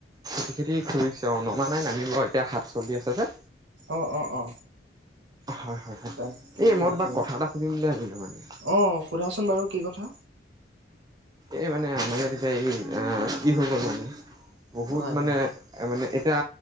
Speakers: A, on the right; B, on the right.
A: খেতি চেতি কৰিছে অ' নমা নাই নামিব এতিয়া সাত চলি আছে যে।
B: অ' অ'।
A: হয় হয় হয়।
B: তাকে
A: এই মই
B: তাকে
A: তোমাক কথা এটা সুধিম বুলি ভাবিলোঁ মানে!
B: অ', সোধাচোন বাৰু কি কথা
A: এই মানে আমাৰ ইয়াত এতিয়া এই আহ কি হৈ গ'ল মানে বহুত
B: হয়
A: মানে
B: হয়
A: মানে এতিয়া